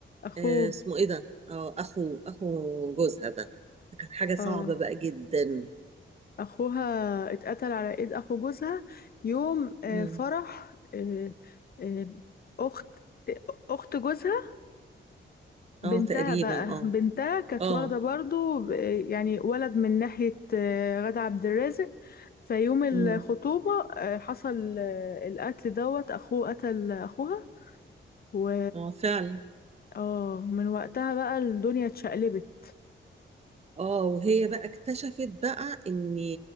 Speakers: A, on the left; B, on the right.
A: اخوه
B: آه اسمه ايه ده اه اخو اخو جوزها ده كانت حاجة صعبة
A: اه
B: بقى جدا
A: اخوها اتقتل على ايد اخو جوزها يوم آه،
B: مم.
A: فرح آه، آه، اخت اخت جوزها بنتها
B: اه تقريبا
A: بقى
B: اه
A: بنتها كانت
B: اه
A: واخده برضو ب- يعني ولد من ناحيه آه، غادة عبد الرازق فيوم الخطوبه
B: مم.
A: آه، حصل آه، القتل دوت اخوه قتل اخوها و
B: اه فعلا
A: اه من وقتها بقى الدنيا اتشقلبت
B: اه وهي بقى اكتشفت بقى ان